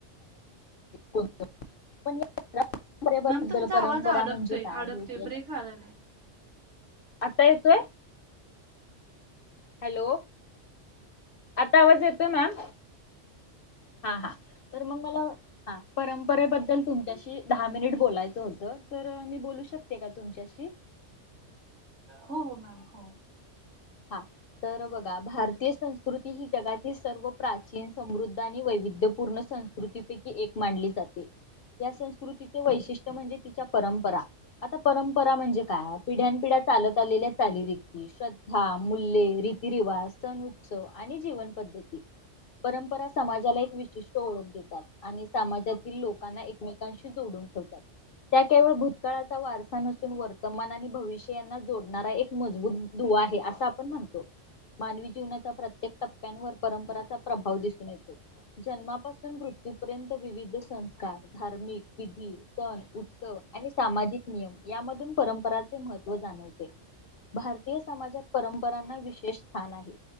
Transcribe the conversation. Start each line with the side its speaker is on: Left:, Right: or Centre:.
Left: <inaudible> परंपरेबद्दल
Right: मॅम तुमचा
Left: परंपरा
Right: आवाज अडकतोय.
Left: म्हणजे काय
Right: अडकतोय.
Left: हे
Right: ब्रेक वयला लय.
Left: आता येतोय? हॅलो. आता आवाज येतोय मॅम? हा हा. तर मग मला. हा. परंपरेबद्दल तुम शी दहा मिनिट बोलायचं होतं. तर मी बोलू शकते का तुमच्याशी?
Right: हो हो मॅम. हो.
Left: हां. तर बघा भारतीय संस्कृती ही जगातील सर्व प्राचीन समृद्ध आणि वैविध्यपूर्ण सं संस्कृतीपैकी एक मानली जाते या संस्कृतीचे वैशिष्ट्य म्हणजे तिच्या परंपरा. आता परंपरा म्हणजे काय पिढ्यानपिढ्या चालत आलेल्या चालीरीती श्र हा मूल्य रीतीरिवाज सण उत्सव आणि जीवन पद्धती परंपरा समाजाला एक विशिष्ट ओळख देतात आणि समाजातील लोकांना एकमेकांशी जोडून ठेवतात. त्या केवळ भूतकाळाचा वारसा नसून वर्तमान आणि भविष्य यांना जोडणारा एक मजबूत दुवा आहे असं आपण म्हणतो. मानवी जीवनाच्या प्रत्येक टप्प्यांवर परंपराचा प्रभाव दिसून येतो. जन्मापासून मृत्यूपर्यंत विविध संस्कार धार्मिक, विधी, सण उत्सव आणि सामाजिक नियम यामधून परंपराचे महत्त्व जाणवते. भारतीय समाजात परंपरांना विशेष स्थान आहे.